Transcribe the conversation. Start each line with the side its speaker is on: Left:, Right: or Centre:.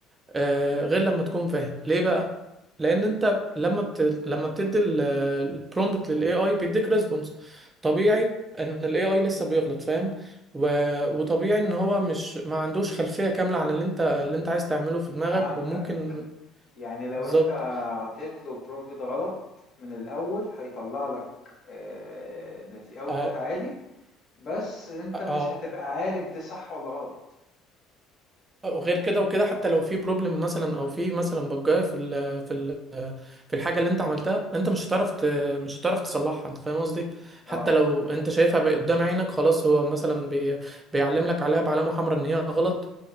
Right: آه، غير لما تكون فاهم ليه بقى لان انت لما بت... لما بتدي البرومبت للاي اي بيديك ريسبونس طبيعي ان الاي اي لسه بيغلط فاهم و... وطبيعي ان هو مش ما عندوش خلفية كاملة عن اللي انت اللي انت عايز تعمله في دماغك
Left: فهمتك،
Right: وممكن
Left: يعني لو
Right: بالظبط
Left: أنت عطيت له prompt غلط من الأول هيطلّع لك آآ نت output
Right: اه
Left: عادي، بس أنت
Right: آه،
Left: مش
Right: آه.
Left: هتبقى عارف ده صح والّا غلط،
Right: وغير كده وكده حتى لو في بروبلم مثلا او في مثلا بجايه في ال في ال في الحاجه اللي انت عملتها انت مش هتعرف ت- مش هتعرف تصلحها انت فاهم قصدي حتى
Left: آه،
Right: لو انت شايفها بقى قدام عينك خلاص هو مثلا بي بيعلم لك عليها بعلامه حمراء ان هي غلط